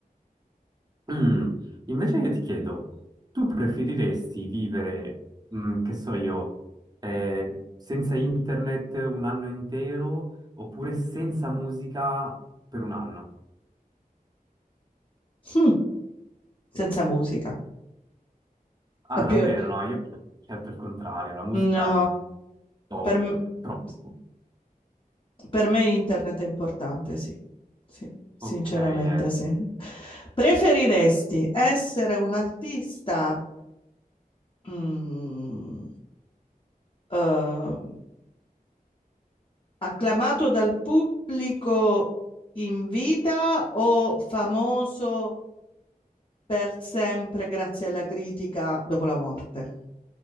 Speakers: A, on the right; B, on the left.
A: Mm, Invece io ti chiedo, tu preferiresti vivere, mm, che so io, eh, senza internet un anno intero oppure senza musica per un anno?
B: Mh. Senza musica.
A: Ah,
B: È più
A: davvero? No, io ho scelto il contrario, la musica
B: no,
A: è un po'
B: per m
A: troppo.
B: s per me internet è importante, sì. Sì, sinceramente
A: Ok, eh,
B: sì. Preferiresti essere un artista, mhmm, uhm Acclamato dal pubblico in vita o famoso per sempre grazie alla critica dopo la morte?